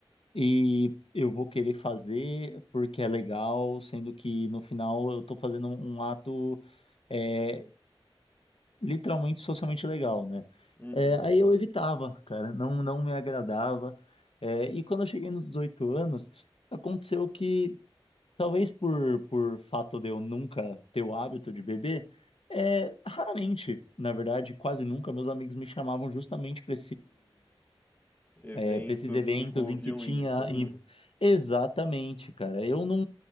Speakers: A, on the left (about 80°); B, on the left (about 20°).
A: E eu vou querer fazer porque é legal, sendo que no final eu tô fazendo um um ato é, literalmente socialmente legal, né?
B: Uhum.
A: É, aí eu evitava, cara, não, não me agradava. É, e quando eu cheguei nos 18 anos, aconteceu que, talvez por, por fato de eu nunca ter o hábito de beber, é, raramente, na verdade, quase nunca, meus amigos me chamavam justamente para
B: Eventos
A: é, para esses eventos
B: que envolviam
A: em que tinha.
B: isso,
A: em-
B: né?
A: Exatamente, cara. Eu não,